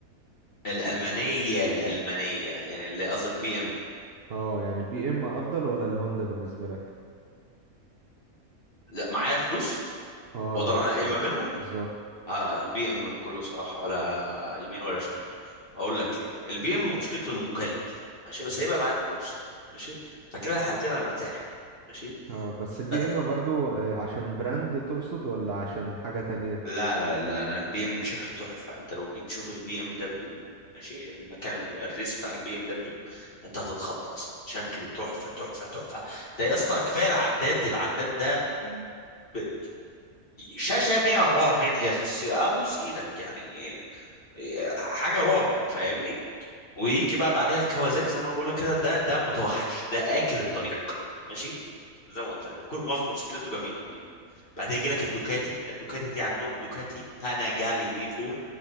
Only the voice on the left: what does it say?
الالمانيه الالمانيه يعني اللي قصدك بي ام
لا معايا فلوس
واقدر
انقي
ما بينهم
آه البي ام بكل صراحه ولا يمين ولا شمال اقول لك ليه البي ام مشكلته انه مكلف ماشي
بس هيبقى معايا فلوس ماشي فكده الحالتين انا مرتاح ماشي
ب...
لا لا لا لا البي ام شكله تحفه انت لو جيت تشوف البي ام دبليو ماشي المكان ال- الريس بتاع البي ام دبليو انت هتتخض اصلا شكله تحفه تحفه تحفه ده يا اسطى كفايه العداد العداد ده ب- شاشه 144 هرتز ابوس ايدك يعني إيه، حاجه رعب فاهمني ويجي بقى بعديها الكوازاكي زي ما انا بقول لك كده ده ده متوحش ده اكل الطريق ماشي زي ما قلت لك كل معظم موتوسيكلته جميله نظيفه بعدها يجي لك الدوكاتي الدوكاتي دي عندهم دوكاتي باناجالي في 4